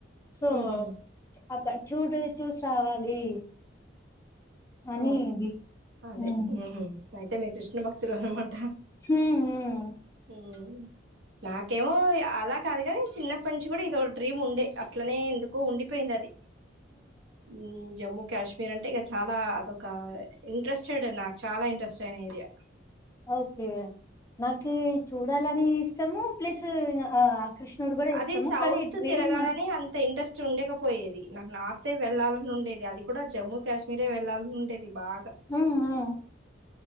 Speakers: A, on the left; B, on the right.
A: సో
B: ఉహు
A: అక్కడ చూడు చూసి రావాలి. అనిది
B: ఓ అదే
A: ఉమ్మ్
B: ఉహు అయితే మీరు కృష్ణ భక్తులు అన్నమాట.
A: హ్మ్ హ్
B: ఉం నాకేమో అలా కాదుగాని చిన్నప్పటి నుంచి కూడా ఇదో డ్రీమ్ ఉండే అట్లనే ఎందుకో ఉండిపోయింది అది ఉమ్ జమ్మూ కాశ్మీర్ అంటే ఇగ చాలా ఒక ఇంట్రెస్టెడ్ నాకు చాలా ఇంట్రెస్ట్ అయిన ఏరియా
A: ఓకే నాకి చూడాలని ఇష్టము ప్లస్ ఆ కృష్ణుడు కూడా
B: అది
A: ఇష్టము
B: సౌత్
A: కానీ డ్రీమ్
B: తిరగాలని అంత ఇంట్రెస్ట్ ఉండకపోయేది నాకు నార్త్ఏ వెళ్లాలని ఉండేది అది కూడా జమ్మూ కాశ్మీరే వెళ్లాలని ఉండే ది బాగా
A: ఉమ్ ఉమ్